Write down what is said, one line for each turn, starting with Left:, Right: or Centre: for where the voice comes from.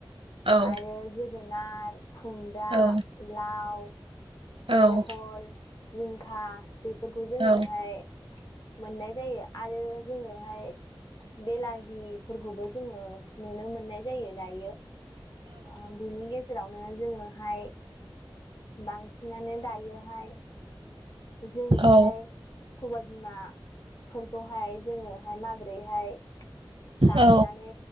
Right: औ
Left: आरो जो गोनार, खुमब्रा,
Right: औ
Left: लाव,
Right: औ
Left: बहल, जिंखा बेफोरखौ जोङोहाय
Right: औ
Left: मोननाय जायो आरो जोङोहाय बेलाहिफोरखौबो जोङो नुनो मोननाय जायो दायो। ओ बिनि गेजेरावनो जोङोहाय बांसिनानो दायोहाय जोङोहाय
Right: औ
Left: सबायबिमा फोरखौहाय जोङोहाय माबोरैहाय गायनानै
Right: औ